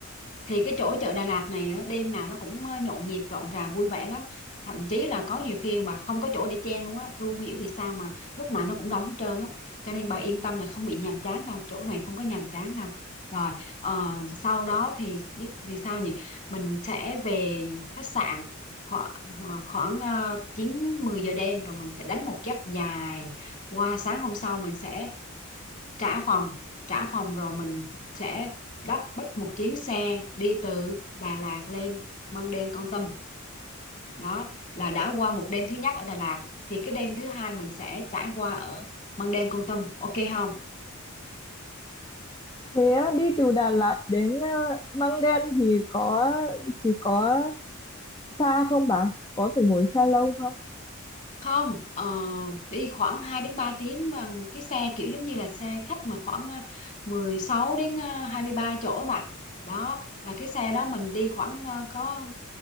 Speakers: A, on the left; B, on the left.
A: thì cái chỗ chợ Đà Lạt này á, đêm nào nó cũng ờ, nhộn nhịp rộn ràng vui vẻ lắm thậm chí là có nhiều khi mà không có chỗ để chen luôn á tôi không hiểu vì sao mà lúc nào nó cũng đóng hết trơn á cho nên bà yên tâm là không bị nhàm chán đâu chỗ này không có nhàm chán đâu rồi ờ, sau đó thì biết vì sao nhỉ mình sẽ về khách sạn khoảng ờ, khoảng ờ, chín mười giờ đêm rồi mình sẽ đánh một giấc dài qua sáng hôm sau mình sẽ trả phòng trả phòng rồi mình sẽ bắt bắt một chuyến xe đi từ Đà Lạt lên Măng Đen Kon Tum đó là đã qua một đêm thứ nhất ở Đà Lạt thì cái đêm thứ hai mình sẽ trải qua ở Măng Đen Kon Tum ok không
B: Thế á, đi từ Đà Lạt đến ờ, Măng Đen thì có thì có xa không bà? Có phải ngồi xe lâu không?
A: không ờ, đi khoảng hai đến ba tiếng bằng cái xe kiểu giống như là xe khách mà khoảng à, 16 đến à, 23 chỗ bạn đó là cái xe đó mình đi khoảng à, có